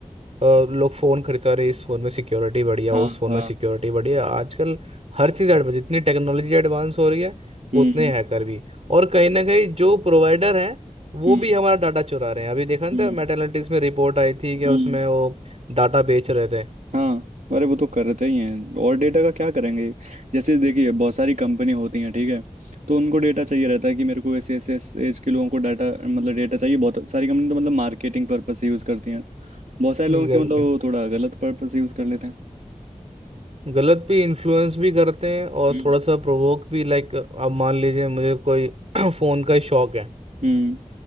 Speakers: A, on the right; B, on the right.
A: अ, लोग फ़ोन खरीदते रहे इस फ़ोन में सिक्योरिटी बढ़िया
B: हाँ
A: उस फ़ोन
B: हाँ
A: में सिक्योरिटी बढ़िया आजकल हर चीज़ एडवांस जितनी टेक्नोलॉजी एडवांस हो रही है
B: हम्म
A: उतने हैकर भी और कहीं ना कहीं जो प्रोवाइडर हैं वो
B: हम्म
A: भी हमारा डाटा चुरा रहे हैं अभी देखा नहीं
B: हम्म
A: था मेटालिटीज में रिपोर्ट आई थी क्या
B: हम्म
A: उसमें वो डाटा बेच रहे थे
B: हाँ अरे वो तो करते ही हैं और डेटा का क्या करेंगे जैसे देखिए बहुत सारी कंपनी होती हैं ठीक है तो उनको डेटा चाहिए रहता है कि मेरे को ऐसे ऐसे एज के लोगों को डाटा मतलब डेटा चाहिए बहुत सारी कंपनी तो मतलब मार्केटिंग पर्पज से यूज करती हैं बहुत सारे लोगों
A: एग्जैक्टली
B: के मतलब वो थोड़ा गलत पर्पज से यूज कर लेते हैं
A: गलत भी इन्फ्लुएंस भी करते हैं और
B: हम्म
A: थोड़ा सा प्रोवोक भी लाइक अब मान लीजिए मुझे कोई <clears throat> फ़ोन का शौक है
B: हम्म